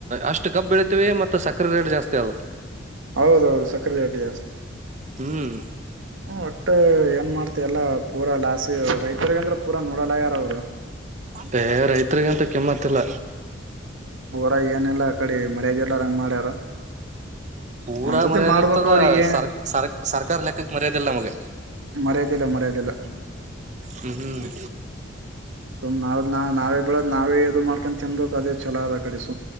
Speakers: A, on the right; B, on the right.
A: ಅಷ್ಟು ಕಬ್ ಬೆಳಿತೀವಿ ಮತ್ತ ಸಕ್ಕರೆ ರೇಟ್ ಜಾಸ್ತಿ ಅದ
B: ಹೌದೌದು ಸಕ್ಕರೆ ಅಡ್ಡಿ ಜಾಸ್ತಿ
A: ಹ್ಮ್
B: ಒಟ್ಟೆ ಏನ್ ಮಾಡ್ತ ಎಲ್ಲ ಪೂರಾ ಲಾಸ್ ರೈತರಿಗ ಅಂದ್ರ ಪೂರಾ ನೋಡಲಾಗ್ಯಾರ ಅವ್ರು
A: ಹೆ ರೈತ್ಗಂತ ಕಿಮ್ಮತ್ತಲ್ಲ
B: ಊರಗ ಏನಿಲ್ಲ ಆ ಕಡೆ ಮರ್ಯಾದಿಲ್ಲಂಗ್ ಮಾಡ್ಯಾರ
A: ಊರಾಗ
B: ಒಂದ್ಸತಿ
A: ಮರ್ಯಾದೆ
B: ಮಾಡ್ಬೇಕ
A: ಇರ್ತದ
B: ಅವ್ರಿಗೆ
A: ಸರ್ ಸರ್ ಸರ್ಕಾರ ಲೆಕ್ಕಕ್ ಮರ್ಯಾದೆ ಇಲ್ಲ ನಮಗ
B: ಮರ್ಯದಿಲ್ಲ ಮರ್ಯದಿಲ್ಲ
A: ಹ್ಮ್
B: ಸುಮ್ ನಾವ್ ನಾವೇಬೀಳದ ನಾವೇಇದು ಮಾಡಕೆಂದ ತಿನ್ಬೇಕ ಅದೇ ಚಲೋ ಅದ ಅಕಡಿಸ